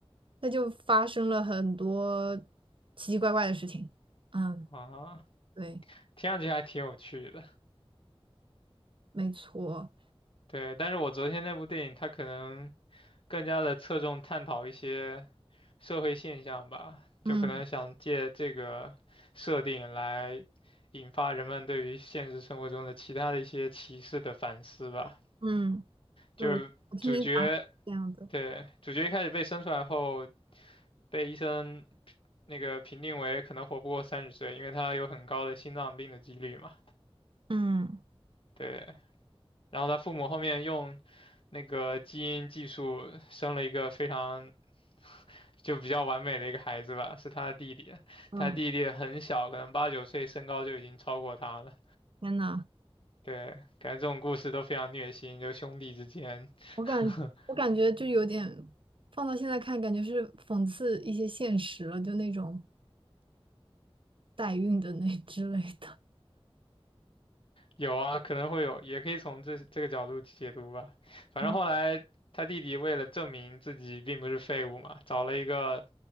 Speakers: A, on the right; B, on the left.
A: 他就发生了很多奇奇怪怪的事情。嗯，
B: <laughs> 啊，
A: 对，
B: 听上去还挺有趣的。
A: 没错，
B: 对，但是我昨天那部电影它可能更加的侧重探讨一些。社会现象吧，
A: 嗯
B: 就可能想借这个设定来引发人们对于现实生活中的其他的一些歧视的反思吧。
A: 嗯，对，
B: 就是主角，
A: 我我听你讲这样的，
B: 对，主角一开始被生出来后，被医生那个评定为可能活不过三十岁，因为他有很高的心脏病的几率嘛。
A: 嗯
B: 对，然后他父母后面用那个基因技术生了一个非常就比较完美的一个孩子吧，是他的弟弟，
A: 嗯，
B: 他弟弟很小，可能八九岁，身高就已经超过他了。
A: 天呐，
B: 对，感觉这种故事都非常虐心，就兄弟之间，
A: 我感我感觉就有点放到现在看，
B: <laughs>
A: 感觉是讽刺一些现实了，就那种。代孕的那之类的。
B: 有啊，可能会有，也可以从这这个角度解读吧。反正后来他弟弟为了证明自己并不是废物嘛，
A: 嗯
B: 找了一个